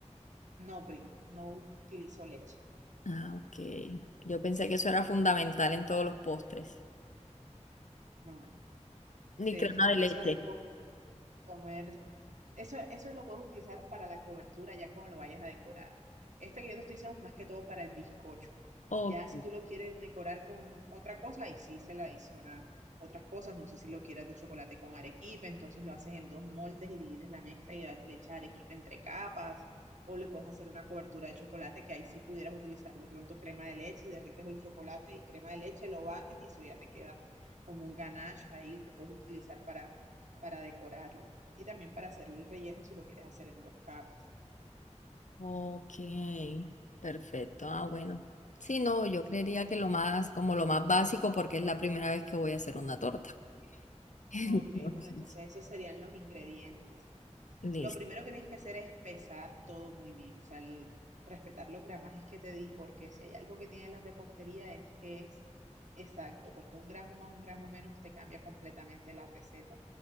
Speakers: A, on the right; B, on the left.
A: no, Pri, no utilizo leche.
B: Ah, ok. Yo pensé que eso era fundamental en todos los postres.
A: No, no.
B: Ni
A: De
B: crema
A: hecho, por
B: de leche.
A: eso hay postres comer. Eso, eso lo puedes utilizar para la cobertura ya cuando lo vayas a decorar. Este que yo te estoy diciendo es más que todo para el bizcocho.
B: Ok,
A: Ya si tú lo quieres decorar con otra cosa, ahí sí se le adicionan otras cosas. No sé si lo quieras de chocolate con arequipe, entonces lo haces en dos moldes y divides la mezcla y a- le echas arequipe entre capas. O le puedes hacer una cobertura de chocolate que ahí sí pudieras utilizar de pronto crema de leche y derrites el chocolate y crema de leche, lo bates y eso ya te queda como un ganache ahí que puedes utilizar para, para decorarlo y también para hacer el relleno si lo quieres hacer en dos capas.
B: ok. Perfecto. Ah, bueno. Sí, no, yo creería que lo más, como lo más básico, porque es la primera vez que voy a hacer una torta. <laughs> Entonces,
A: Ok, bueno, entonces esos serían los ingredientes.
B: listo.
A: Lo primero que tienes que hacer es pesar todo muy bien, o sea, el- respetar los gramajes que te di, porque si hay algo que tiene la repostería es que es exacto, porque un gramo más, un gramo menos te cambia completamente la receta.